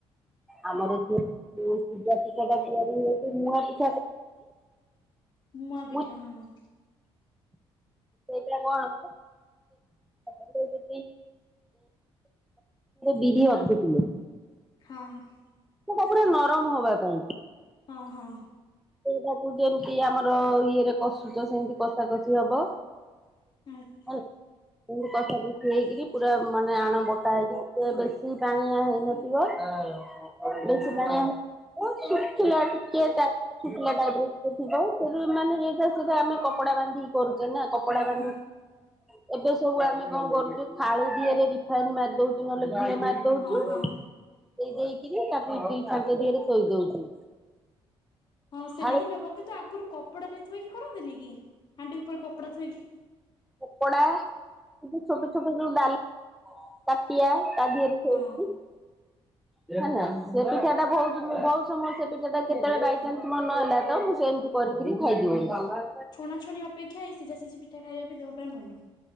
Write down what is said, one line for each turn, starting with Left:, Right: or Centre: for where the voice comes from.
Centre: ଆମର ଯୋଉ ପୂଜା ପିଠାଟା ତିଆରି ହଛି ମୁଆଁ ପିଠା
Left: ମୁଆଁ ପିଠା
Centre: ମୁଁ
Left: ହଁ
Centre: ସେଇଟା କଣ <inaudible> ସେଥିରେ ବିରି ଅଧେ କିଲେ
Left: ହଁ।
Centre: ପିଠା ତା ପୁରା ନରମ ହବା ପାଇଁ।
Left: ହଁ।
Centre: ସେଇଟାକୁ ଯେମିତି ଆମର ଇଏରେ କଷୁଛ ସେମିତି କଷା କଷି ହବ।
Left: ଆଛା
Centre: ହେଲା। କଷା କଷି ହେଇକରି ପୁରା ମାନେ ଆଣ ବଟା ହେଇକି ବେଶୀ ପାଣିଆ ହେଇନଥି ବେଶୀ
Left: ହଁ
Centre: ପାଣିଆ ହେଇନଥିବ ଶୁଖିଲା ଟିକେ ଟା ଶୁଖିଲା ଟାଇପର୍ ସେ ଥିବ ମାନେ ସେଟା ଆମେ କପଡା ବାନ୍ଧି କରୁଛେ ନା
Left: ହଁ
Centre: କପଡା ବାନ୍ଧି
Left: ହଁ।
Centre: ଏବେ ସବୁ ଆମେ କଣ କରୁଛେ ଥାଳି ଦିହରେ ରିଫାଇନ ମାରିଦଉଛେ ନହେଲେ ଘିଅ ଦଉଛୁ
Left: ହଁ
Centre: ଦେଇ
Left: ହଁ
Centre: ଦେଇକରି ତାକୁ ଇଟଲୀ ଛାଞ୍ଚ ଦିହରେ ଥୋଇ ଦଉଛୁ।
Left: ହ ସେମିତି
Centre: ଥାଳି
Left: ବି ହବ କିନ୍ତୁ ଆଗରୁ କପଡା ରେ ଥୋଇକି କରନ୍ତିନି କି? ହାଣ୍ଡି ଉପରେ କପଡ଼ା ଥୋଇକି
Centre: କପଡା ଛୋଟ ଛୋଟ ଯୋଉ ଡାଲା ତାଟିଆ ତା ଦିହରେ ଥୋଇକି
Left: ହଁ। <unintelligible>
Centre: ହେ ନା ସେ ପିଠାଟା ବହୁତ ବହୁତ ସମୟ ସେ ପିଠାଟା କେତେବେଳେ ବାଇଚାନ୍ସ ମନ ହେଲା ତ ମୁଁ ସେମିତି କରିକିରି ଖାଇଦିଏ।
Left: ଛଣାଛଣି ଅପେକ୍ଷା ଏଇ ସିଝା ସିଝି ପିଠା ଖାଇବା ବି ଦେହ ପାଇଁ ଭଲ।